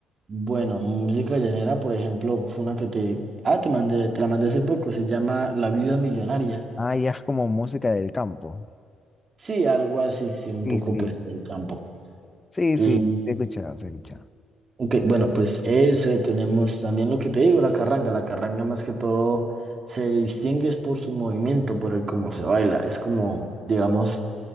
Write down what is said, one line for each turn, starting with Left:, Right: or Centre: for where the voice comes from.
Right: bueno, música llanera, por ejemplo, fue una que te... Ah, te mandé, te la mandé hace poco, se llama La Viuda Millonaria.
Left: Ah, ya es como música del campo.
Right: Sí, algo así, sí, un
Left: Sí,
Right: poco
Left: sí.
Right: pues del campo.
Left: Sí,
Right: Y,
Left: sí. sí, He escuchado, sí, he escuchado.
Right: ok, bueno, pues eso, eh, tenemos también lo que te digo, la carranga. La carranga más que todo se distingue es por su movimiento, por el cómo se baila. Es como, digamos,